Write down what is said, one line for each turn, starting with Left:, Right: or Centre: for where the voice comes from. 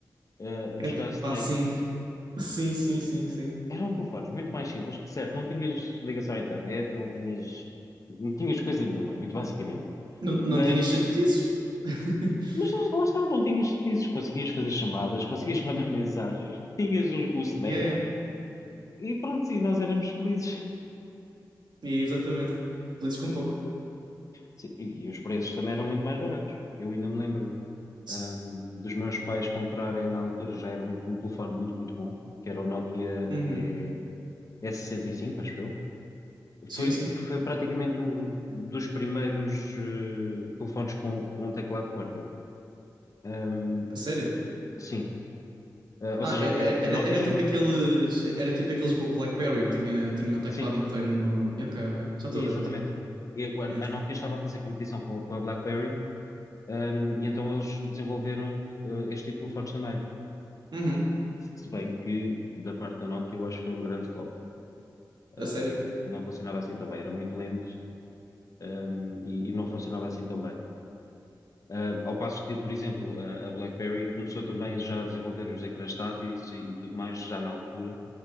Left: eh, de
Right: É
Left: jogar Snake.
Right: pá, sim. Sim, sim, sim, sim.
Left: Eram telefones muito mais simples, certo? Não tinhas ligação à internet, não tinhas, não tinhas coisa nenhuma, muito basicamente.
Right: Não, não
Left: Mas,
Right: tinha chatices. <laughs>
Left: mas lá, lá está, não tinhas chatices, conseguias fazer chamadas, conseguias <laughs> mandar mensagens, tinhas o, o Snake
Right: Yeah, yeah.
Left: e pronto, sim, nós éramos felizes.
Right: Yeah, Exatamente. Felizes com pouco.
Left: Sim, e, e os preços também eram muito mais baratos. Eu ainda me lembro,
Right: S-
Left: ahm, dos meus pais comprarem na altura já era um, um telefone muito, muito bom, que era o Nokia
Right: Uhum.
Left: eh, S65, acho eu.
Right: Sim,
Left: Foi,
Right: sim.
Left: foi praticamente um dos primeiros eh, telefones com, com um teclado QWERTY. Ahm,
Right: A sério.
Left: sim, Ah, ou
Right: Ah,
Left: seja,
Right: é-
Left: eh,
Right: é-
Left: a
Right: era,
Left: Nokia
Right: era
Left: estava.
Right: tipo aqueles. Era tipo aqueles Bla- BlackBerry, tinha, tinha o teclado
Left: Sim,
Right: inteiro no. Ok, ok. Já estou a
Left: exatamente.
Right: ver, já estou a ver.
Left: E o-
Right: Yeah.
Left: a Nokia estava a fazer competição com, com a BlackBerry, ahm, e então eles desenvolveram eh, este tipo de telefones também.
Right: Uhum.
Left: Se bem que, da parte da Nokia, eu acho que foi um grande flop. Ahm,
Right: A sério.
Left: não funcionava assim tão bem, era muito lento, ahm, e, e não funcionava assim tão bem. Ah, ao passo que, por exemplo, a, a BlackBerry começou também já a desenvolver os ecrãs táteis e, e tudo mais já na altura,